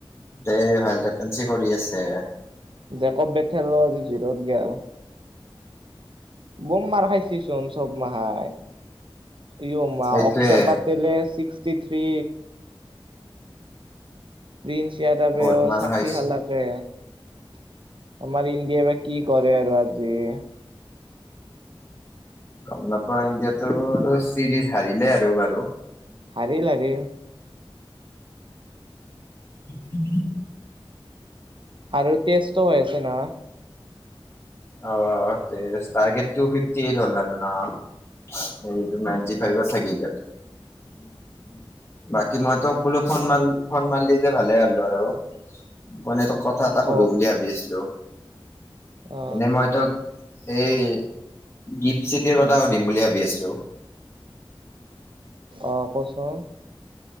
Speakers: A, on the left; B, on the right.
A: তে ভাল কেটনঞ্চি কৰি আছে।
B: জেকব বেথেল আজি জিৰত গেল - বম মাৰ খাইছেচোন চব মাহাই ইঅ মাহ
A: সেইটোয়ে
B: অক্সৰবাদ- তেলে ছিক্সটি থ্ৰী। প্ৰিন্স ইয়াৰদবে
A: বহুত
B: অ
A: মান
B: ষাঠি
A: খাইছে।
B: হালাক। কে আমাৰ ইণ্ডিয়া বা কি কৰে আৰু আজি-
A: গম নাপাওঁ, ইণ্ডিয়াতো আৰু চিৰিজ হাৰিলে আৰু বাৰু-
B: হাৰিল হাৰিল।
A: উ <inaudible>
B: আৰু তেছটো হয় আছে নহয়
A: অ test target two fifty eight হ'ল আৰু ন সেইটো নাইটি ফাইভ থাকি গ'ল বাকী মই তোক বোলে ফোন মাৰ- ফোন মাৰলি যে ভালে হ'লো আৰু মানে ত কথা এটা
B: ক
A: সুধো বুলি ভাবি আছিলো।
B: অ
A: এনে মই তোক এই গিফ্ট চিটিৰ কথা সুধিম বুলি ভাবি আছিলো।
B: অঁ কচোন।